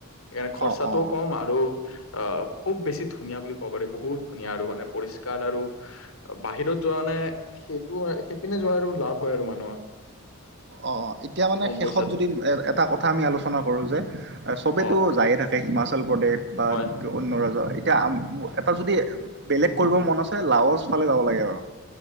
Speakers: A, on the left; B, on the right.
A: সেইকাৰণে খৰচাটোও
B: অ অ
A: কম আৰু অ খুব বেছি ধুনীয়া বুলি ক'ব পাৰি বহুত ধুনীয়া আৰু মানে পৰিষ্কাৰ আৰু বাহিৰত যোৱা নে সেইটো সেইপিনে যোৱাৰ আৰু লাভ হয় আৰু মানুহৰ।
B: অ এতিয়া মানে
A: কম
B: শেষত
A: পইচাত
B: যদি এটা কথা আমি আলোচনা কৰো যে চবেতো
A: অ
B: যায়ে থাক। শেষ হিমাচল প্ৰদেশ বা
A: হয়
B: অন্য ৰাজ্যৰ এতিয়া এটা যদি। বেলেগ কৰিব মন আছে লাওছ ফালে জাব লাগে আৰু